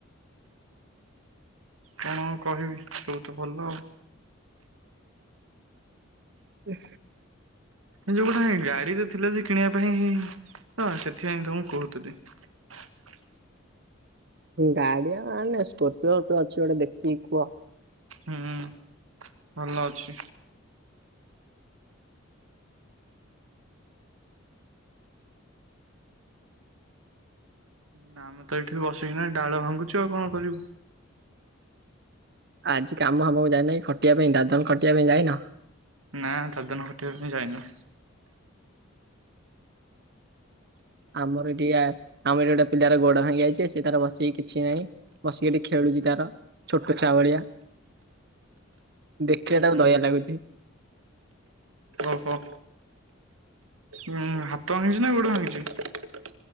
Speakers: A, on the right; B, on the right.
A: କଣ କହିବି ସବୁ ତ ଭଲ ଆଉ
B: ହୁ
A: ଯୋଉ ଗୋଟା ଗାଡିରେ ଥିଲା ସେ କିଣିବା ପାଇଁ ହଁ ସେଥିପାଇଁ ତ ମୁଁ କହୁଥିଲଥିଲି
B: ଗାଡିଆ ମେ ସ୍କର୍ପିଓିଓ ଅଛି ଗୋଟେ ଦେଖିକି କୁହ
A: ହୁଁ ଭଲ ଅଛି ନା ଆମେ ତ ଏଠି ବସିକି ନାହିଁ ଡାଳ ଭାଙ୍ଗୁଛୁ ଆଉ କଣ କରିବୁ
B: ଆଜି କାମ ହାମକୁ ଯାଇଏ ନହିଁ ଖଟିବା ପାଇଁ ଦାଦନ ଖଟିବା ପାଇଁ ଯାଇଏନ
A: ନା ତ ଦିନ ଖଠିକ ଆି ଯାଇନା
B: ଆମର ଏଠିଆ ଆମର ଏଠି ଗୋଟେ ପିଲାର ଗୋଡ ଭାଙ୍ଗି ଯାଇଛି ସେ ତାର ବସିକି କିଛି ନାହିଁ ବସିକିଠି ଖେଳୁଚ ତାର ଛୋଟ ଚାଉଳିଆ ଦେଖିଲେ ତାକୁ
A: ହୁଁ
B: ଦୟା ଲାଗୁଛି
A: ଓହୋ ଉଁ ହାତ ଭାଙ୍ଗିଛି ନା ଗୋଡ ଭାଙ୍ଗିଛି